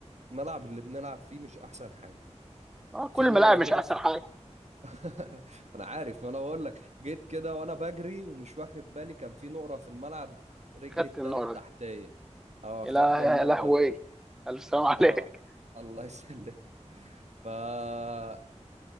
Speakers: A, on the right; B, in the centre.
A: الملعب اللي بنلعب فيه مش احسن حاجه
B: آه
A: في
B: كل
A: نقره
B: ما لاعب مش
A: كده
B: احسن
A: في...
B: حاجه
A: <laughs> انا عارف ما انا بقول لك جيت كده وانا بجري ومش واخد بالي كان في نقره في الملعب رجلي
B: خدت
A: التاني
B: النار
A: التحتيه
B: دي
A: اه
B: يا
A: خدت
B: له-
A: النقره
B: يا لهوي
A: دي
B: ايه الف سلام عليك
A: اه الله يسلم فانا